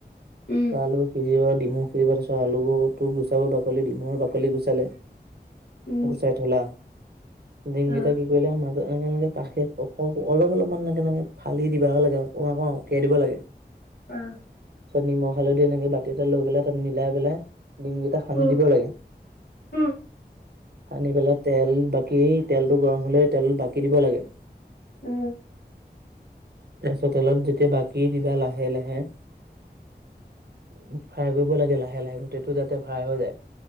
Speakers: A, on the left; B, on the right.
A: উম অ
B: আলু সিজিব দিমু খিজিব। তাৰ পিছত আলুটো গুচাব বাকলি দিমৰ বাকলি গুচালে,
A: উম উম
B: গুচাই ধূলা। দিমকেইটা
A: অ
B: কি কৰিলা? মাজত এনেকে এনেকে কাষে অ' অলপ অলপ মান এনেকে ফালি দিব লাগে অকমান অকমান অকিয়াই দিব লাগে।
A: অ'।
B: তাৰ পিছত নিমখ হা'লধি এনেকে বাতি এটা লৈ পেলাই তাত মিলাই পেলাই দিমকেইটা সানি
A: উ
B: দিব লাগে। একো শব্দ
A: উ উম
B: নাই। সানি পেলাই তেল বাকি তেলটো গৰম হ'লে তেলত বাকী দিব লাগে।
A: উম।
B: তাৰপিছত তেলত যেতিয়া বাকী দিবা লাহে লাহে উ ফ্ৰাই কৰিব লাগে লাহে লাহে গোটেইটো যাতে ফ্ৰাই হৈ যায়।